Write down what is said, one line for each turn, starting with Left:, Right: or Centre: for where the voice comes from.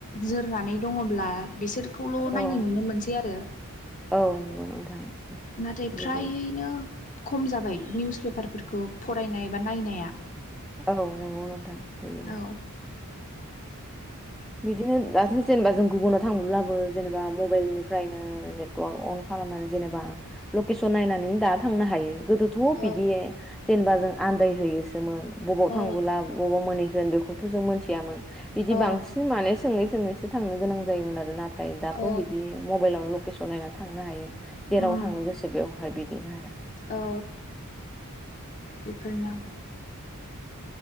Left: जोरनानै दङब्ला बिसोरखौल'
Centre: औ
Left: नायनाय नुनो मोनसै आरो
Centre: औ नंगौ नोंथां
Left: नाथाय
Centre: बिदिनो
Left: फ्रायैनो खम जाबाय निउस पेपारफोरखौ फरायनाय बा नायनाया।
Centre: औ नांगौ नोंथां बिदिनो
Left: औ
Centre: बिदिनो दाथ' जेनेबा जों गुबुनाव थांब्लाबो जेनेबा मबाइल निफ्रायनो नेटवर्क अन खालाम खालामनानै जेनेबा लकेसन नायनानै दा थांनो हायो। गोदोथ' बिदि
Left: औ
Centre: जेनेबा जों आन्दायहैयोसोमोन बबाव
Left: औ
Centre: थांबोला बबाव मोनहैगोन बेखौथ' जों मोनथियामोन बिदि
Left: औ
Centre: बांसिन माने सोङै सोङैसो थांनो गोनां जायोमोन आरो नाथाय दाथ'
Left: औ
Centre: बिदि मबाइलावनो लकेसन नायनानै थांनो हायो जेराव
Left: उम
Centre: थांनो गोसो बेवहाय बिदिनो आरो
Left: औ बेफोरनो